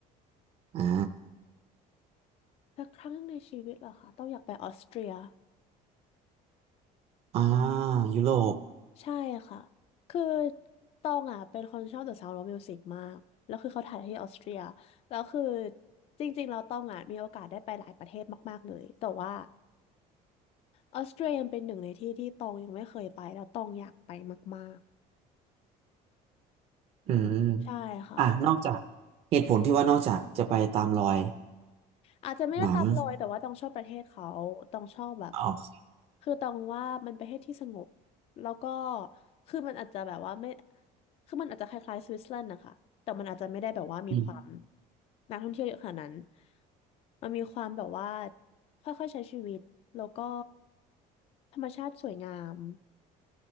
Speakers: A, on the right; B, on the left.
A: อ่า
B: สักครั้งในชีวิตเหรอคะต้องอยากไปออสเตรีย
A: อ่ายุโรป
B: ใช่ค่ะ คือตองอ่ะเป็นคนชอบ The Sound of Music มาก แล้วคือเขาถ่ายที่ออสเตรียแล้วคือจริงๆเราตองอ่ะมีโอกาสได้ไปหลายประเทศมากๆเลยแต่ว่าออสเตรียยังเป็นหนึ่งในที่ที่ตองยังไม่เคยไปแล้วตองอยากไปมาก
A: อืม
B: ๆ ใช่ค่ะ
A: อ่ะนอกจากเหตุผลที่ว่านอกจากจะไปตามรอย
B: อาจจะไม่ได้ตามรอยแต่ว่าต้องชอบประเทศเขาต้องชอบแบบ
A: หนังออก
B: คือต้องว่ามันประเทศที่สงบแล้วก็คือมันอาจจะแบบว่าไม่คือมันอาจจะคล้ายๆสวิตเซอร์แลนด์นะคะแต่มันอาจจะไม่ได้แบบว่ามีความ
A: อืม
B: นักท่องเที่ยวเยอะขนาดนั้นมันมีความแบบว่าค่อยๆใช้ชีวิตแล้วก็ธรรมชาติสวยงาม